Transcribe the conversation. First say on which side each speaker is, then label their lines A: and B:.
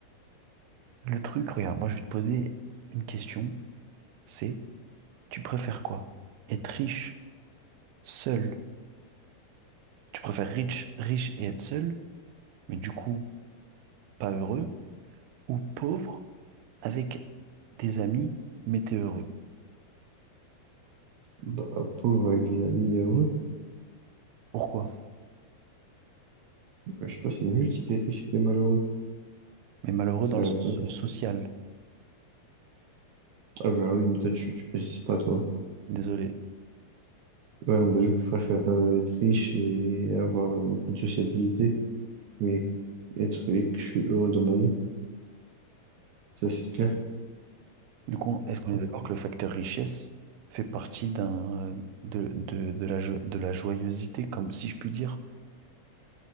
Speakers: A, on the right; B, on the right.
A: le truc, regarde, moi je vais te poser une question, c'est, tu préfères quoi? Être riche, seul? Tu préfères riche, riche et être seul, mais du coup, pas heureux, ou pauvre, avec des amis, mais t'es heureux?
B: Bah, pauvre avec des amis heureux,
A: Pourquoi?
B: bah, je sais pas, c'est nul si t'es riche et t'es malheureux.
A: Mais malheureux
B: Ça,
A: dans le sens social,
B: Ah ben oui, mais toi tu, tu précises pas toi.
A: désolé.
B: Ouais, bah, je préfère euh, être riche et avoir euh, aucune sociabilité, mais être et que je suis heureux dans ma vie, ça c'est clair.
A: Du coup, est-ce qu'on
B: Ah,
A: est d'accord que le facteur richesse fait partie d'un, euh, de, de, de la, jo- de la joyeuseté, comme si je puis dire?